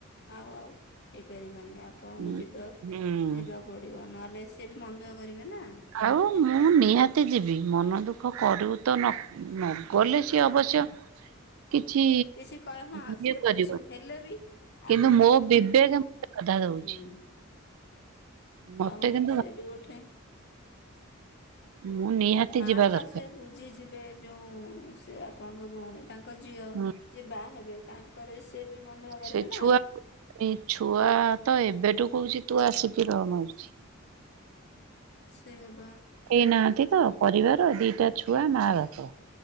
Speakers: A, on the left; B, on the right.
A: ଆଉ ଆଉ ହେଇପାରିବନି। ଆପଣଙ୍କୁ
B: ହୁଁ
A: ଯିବା ଯିବାକୁ ପଡିବ। ନହେଲେ ସିଏ ବି ମନ ଦୁଃଖ କରିବେ ନା।
B: ଆଉ ମୁଁ ନିହାତି ଯିବି। ମନ ଦୁଃଖ କରିବୁ ତ ନ ନ ଗଲେ ସିଏ ଅବଶ୍ୟ। କିଛି
A: କିଛି କହ ହଁ
B: ଇଏ
A: ସିଏ
B: କରିବନି।
A: ବୁଝିବେ ହେଲେ ବି ଆପଣ
B: କିନ୍ତୁ ମୋ ବିବେକ
A: ବି
B: କଥା ଦଉଛି।
A: ହୁଁ
B: ମତେ
A: ଆଉ
B: କିନ୍ତୁ
A: ସିଏ ବି ଗୋଟେ
B: ମୁଁ ନିହାତି
A: ମା
B: ଯିବା ଦରକାର।
A: ତ ସେ ବୁଝିଯିବେ। ଯୋଉ ସେ ଆପଣଙ୍କ ଭଉଣୀ। ତାଙ୍କ ଝିଅ।
B: ହୁଁ
A: ଯିଏ ବାହା ହେବେ। ତାଙ୍କର ସେଏ ବି ମନଦୁଃଖ କରିବେ
B: ସେ ଛୁଆ
A: ନା।
B: ଏଇ ଛୁଆ ତ ଏବେଠୁ କହୁଛି, ତୁ ଆସିକି ରହ କଉଚି।
A: ସେୟାବା।
B: କେଇ ନାହାନ୍ତି ତ ପରିବାର। ଦିଟା ଛୁଆ ମା ବାପ।